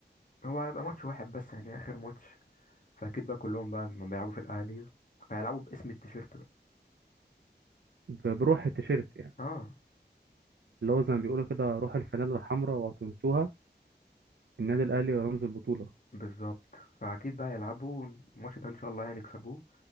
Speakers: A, on the left; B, on the right.
A: هو هيبقى ماتش واحد بس يعني اخر ماتش فاكيد بقى كلهم بقى لما بيلعبوا في الاهلي هيلعبوا باسم التيشيرت بقى
B: ب- بروح التيشيرت يعني
A: اه
B: اللي هو زي ما بيقولوا كده روح الفانيلا الحمراء وتنسوها النادي الاهلي رمز البطوله
A: بالظبط فاكيد بقى يلعبوا الماتش ده ان شاء الله هنكسبوه